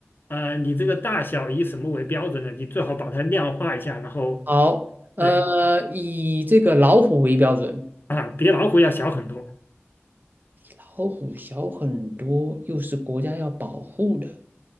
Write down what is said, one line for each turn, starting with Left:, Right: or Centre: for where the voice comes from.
Left: 啊、你这个大小以什么为标准呢？你最好把它量化一下，然后
Right: 好，呃，
Left: 对
Right: 以这个老虎为标准。
Left: 啊，比老虎要小很多
Right: 老虎小很多，又是国家要保护的，